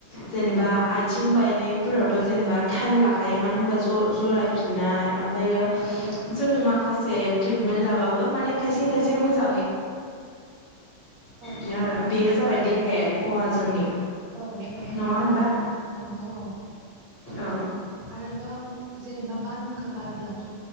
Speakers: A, on the left; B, on the right.
A: जेनेबा
B: औ
A: आयथिं बायनायफोरावथ' जेनेबा टाइम लाखायो मानो होनबा ज'-जरायफि
B: औ
A: नाय आमफायो
B: औ
A: जों माखासे ट्रिटमेन्ट लाबाबो माने खायसे खायसे मोजाङै
B: औ
A: बिदिनो आरो बेयो जाबाय देहायारि खहा जोंनि
B: औ देहायारि
A: नङा
B: खहा
A: होनबा
B: नंगौ औ।
A: ओ
B: आरोबाव जेनेबा बारहुंखा बारब्लाथ'